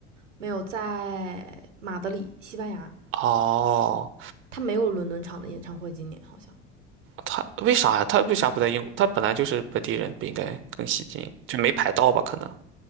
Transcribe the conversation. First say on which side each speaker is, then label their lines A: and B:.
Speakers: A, on the right (about 80°); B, on the right (about 35°).
A: 没有在马德里，西班牙，
B: 哦，
A: 他没有伦敦场的演唱会，今年好像。
B: 他为啥呀？他为啥不在英国？他本来就是本地人，不应该更吸金，就没排到吧？可能。